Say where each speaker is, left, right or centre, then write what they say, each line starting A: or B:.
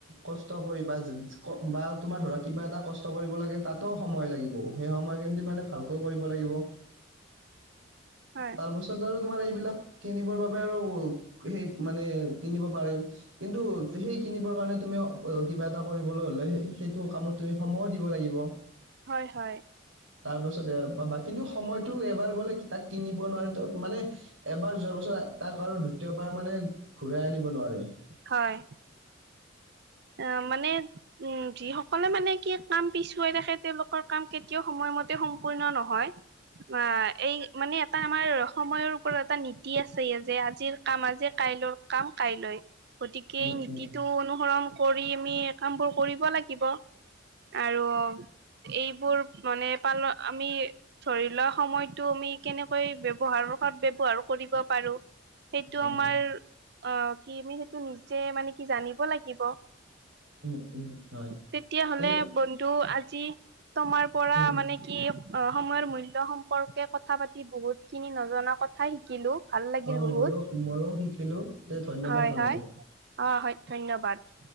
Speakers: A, on the right; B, on the right.
A: কষ্ট কৰিবা বা তোমাৰ ধৰা কিবা এটা কষ্ট কৰিব লাগে। তাতো সময় লাগিব সেই সময়খিনি মানে ভালকৈ কৰিব লাগিব।
B: হয়
A: তাৰপাছত আৰু তোমাৰ এইবিলাক কিনিবৰ বাবে আৰু সেই মানে কিনিব পাৰিম কিন্তু সেই কিনিবৰ কাৰণেটো তুমি কিবা এটা কৰিবলৈ হলে সেইটো কামত তুমি সময়ো দিব লাগিব।
B: হয় হয়
A: তাৰ পাছত পাবা কিন্তু সময়টো এবাৰ গ'লে তাক কিনিব নোৱাৰে ত মানে এবাৰ যোৱাৰ পাছত তাক আৰু দ্বিতীয়বাৰ মানে ঘূৰাই আনি- নোৱাৰে।
B: হয় অ মানে উম যিসকলে মানে কি কাম পিছুৱাই ৰাখে তেওঁলোকৰ কাম কেতিয়াও সময় মতে সম্পূৰ্ণ নহয়। অ এই মানে এটা আমাৰ সময়ৰ ওপৰত এটা নীতি আছে যে আজিৰ কাম আজি কা- কাইলৰ কাম কাইলৈ গতিকে
A: উম
B: এই নীতিটো
A: উম
B: অনুসৰণ কৰি আমি কামবোৰ কৰিব লাগিব আৰু। এইবোৰ মানে পালন আমি ধৰি লোৱা সময়তো আমি কেনেকৈ ব্যৱহাৰ সদ ব্যৱহাৰ কৰিব পাৰোঁ। সেইটো
A: হয়
B: আমাৰ
A: হয়
B: অ কি আমি সেইটো নিজে মানে কি জানিব লাগিব।
A: উম উম হয়
B: তেতিয়া হ'লে
A: তে
B: বন্ধু আজ- যি তোমাৰ পৰা
A: উম
B: মানে কি অ সময়ৰ মূল্য সম্পৰ্কে কথা পাতি বহুত খিনি নজনা কথা শিকিলোঁ। ভাল লাগিল
A: অ
B: বহুত
A: ময়ো ময়ো শিকিলো তে ধন্যবাদ
B: হয়
A: বন্ধু
B: হয় অ হয় ধন্যবাদ।